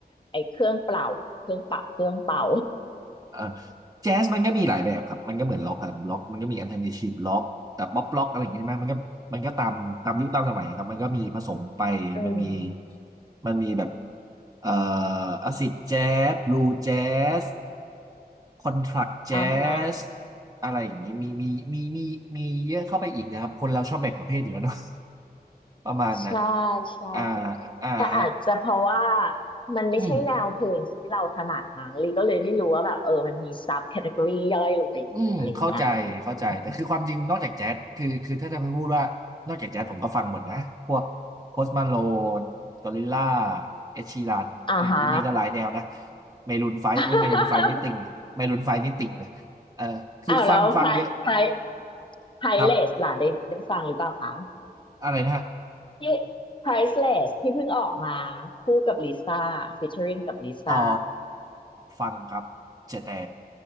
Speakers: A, on the left; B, on the right.
A: ไอ้เครื่องเป่าเครื่องเป่าเครื่องเป่า
B: เอ่อแจ๊สมันก็มีหลายแบบครับ มันก็เหมือนล็อกครับล็อกมันก็มีอันเทอร์ i นทีฟล็อกแต่ป๊อปล็อกอะไรอย่างเงี้ยใช่ไหมมันก็มันก็ตามตามยุคตามสมัยครับ มันก็มีผสมไป
A: อืม
B: มันมีมันมีแบบเอ่ออาซิดแจ๊สบลูแจ๊สคอนทรักแจ๊
A: อ่าฮะ
B: สอะไรอย่างงี้มีมีมีมีมีเยอะเข้าไปอีกนะครับ คนเราชอบแบ่งประเภทอยู่แล้วเนาะ <laughs> ประมาณนั้น
A: ใช่ใช่
B: อ่าอ่าฮะ
A: แต่อาจจะเพราะว่ามันไม่ใช่แนวเพลงที่เราถนัดมั้งลีก็เลยไม่รู้ว่าแบบเออมันมีซับแคตตากรีย่อยลงไปอีกอะไรเงี้ย
B: อืม อืมเข้าใจเข้าใจแต่คือความจริงนอกจากแจ๊สคือคือถ้าจะพูดว่านอกจากแจ๊สผมก็ฟังหมดนะพวกโพสต์มาโลนกอริลล่า
A: อืม
B: เอชีรัน
A: อ่าฮะ
B: นี่นี่ก็หลายแนวนะเมรูนไฟโอ้ยเมรูนไฟนี่ติ่งเมรูนไฟนี่ติ่งเลยเออคือฟังฟังเยอะ
A: <laughs> อ้าวแล้วไพรไพรไพรเลสล่ะได้ได้ฟังหรือเปล่าคะ
B: ครับอะไรนะฮะ
A: ที่ Priceless ที่เพิ่งออกมาคู่กับลิซ่า featuring กับลิซ่า
B: อ๋อฟังครับแต่แต่